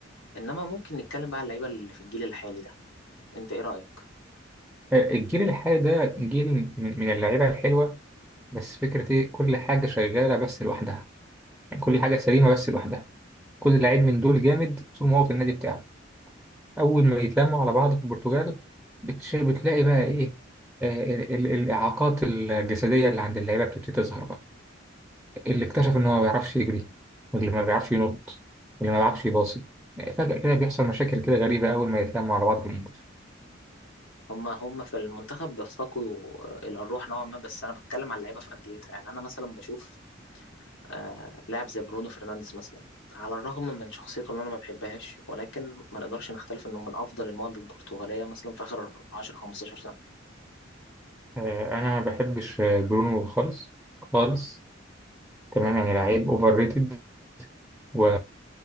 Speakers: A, on the left; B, in the centre.
A: إنما ممكن نتكلم بقى على اللعيبة اللي في الجيل الحالي ده أنت إيه رأيك؟
B: الجيل الحالي ده جيل من من اللعيبة الحلوة بس فكرة إيه كل حاجة شغالة بس لوحدها يعني كل حاجة سليمة بس لوحدها كل لعيب من دول جامد طول ما هو في النادي بتاعه أول ما يتلموا على بعض في البرتغال بتش- بتلاقي بقى إيه آه، ال- ال- الإعاقات الجسدية اللي عند اللعيبة بتبتدي تظهر بقى اللي اكتشف إن هو ما بيعرفش يجري واللي ما بيعرفش ينط واللي ما بيعرفش يباصي آه، فجأة كده بيحصل مشاكل كده غريبة أول ما يتلموا على بعض في المنتخب
A: هما هما في المنتخب بيفتقدوا إلى الروح نوعا ما بس أنا بتكلم على اللعيبة في أنديتها يعني أنا مثلا بشوف آه لاعب زي برونو فرنانديز مثلا على الرغم من شخصيته اللي أنا ما بحبهاش ولكن ما نقدرش نختلف إنه من أفضل المواهب البرتغالية مثلا في آخر 10 15 سنة
B: آه، أنا ما بحبش آه، برونو خالص خالص تمام يعني لعيب أوفر ريتد و...